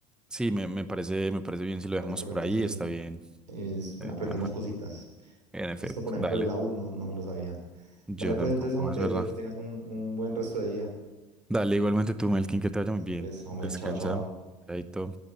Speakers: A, in the centre; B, on the right.
A: Sí, me, me parece, me parece bien si lo
B: Parece
A: dejamos
B: correcto,
A: por ahí,
B: sí.
A: está bien.
B: Es- aprendimos
A: Eh, ajá.
B: cositas.
A: En efecto,
B: Esto, por ejemplo,
A: dale.
B: de la U no, no me lo sabía.
A: Yo
B: Dale, pues
A: tampoco,
B: entonces, Samu, te
A: es verdad.
B: deseo que tengas un, un buen resto de día.
A: Dale, igualmente tú, Melkin, que te vaya
B: Listo,
A: muy bien.
B: pues, hombre,
A: Descansa.
B: chao, chao.
A: Chaito.